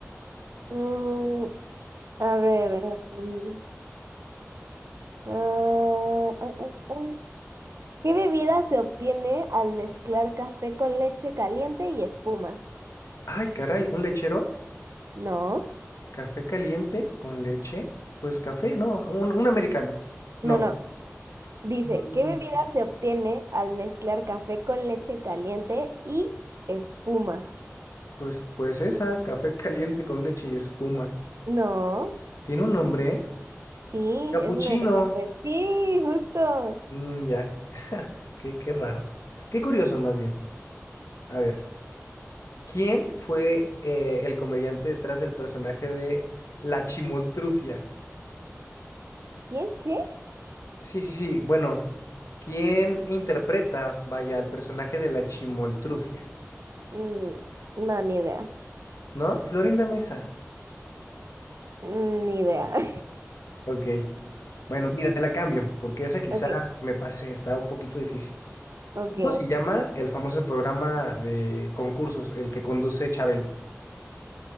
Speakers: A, on the right (about 65°); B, on the left (about 75°).
A: Mm, a ver. um, ah, ah, ah, ah. ¿Qué bebida se obtiene al mezclar café con leche caliente y espuma?
B: Ay, caray, ¿un lechero?
A: No,
B: ¿Café caliente con leche? Pues café, no, un, un americano. No,
A: no, no. Dice,
B: un-
A: ¿qué bebida se obtiene al mezclar café con leche caliente y espuma?
B: pues, pues esa, café caliente con leche y espuma.
A: No,
B: Tiene un nombre, ¿eh?
A: sí,
B: Capuchino.
A: es uno de los cafés. Sí, justo.
B: Mm, ya. <laughs> Qué, qué raro. Qué curioso, más bien. A ver, ¿quién fue eh, el comediante detrás del personaje de La Chimoltrufia?
A: ¿Quién qué?
B: Sí, sí, sí. Bueno, ¿quién interpreta, vaya, al personaje de La Chimoltrufia?
A: Mm, no, ni idea.
B: ¿No? Florinda Mesa.
A: Mm, Ni idea. <laughs>
B: Ok. Bueno, mira, te la cambio, porque esa quizá
A: Ok,
B: me pasé, está un poquito difícil.
A: ok.
B: ¿Cómo se llama el famoso programa de concursos, el que conduce Chabelo?